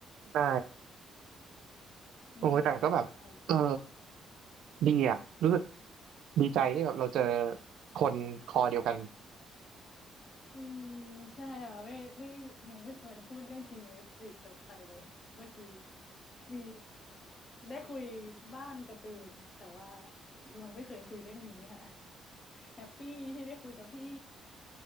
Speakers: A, on the right; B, on the left.
A: ได้โอ้ยแต่ก็แบบเออ
B: นี่เลยชอบ
A: ดีอ่ะรู้สึกดีใจที่แบบเราเจอคนคอเดียวกัน
B: จริงใช่ค่ะไม่ไม่ยังไม่เคยพูดเรื่องคิเมสสื่อกับใครเลยเมื่อกี้มีได้คุยบ้างการ์ตูนแต่ว่ายังไม่เคยคุยเรื่องนี้ค่ะแฮปปี้ที่ได้คุยกับพี่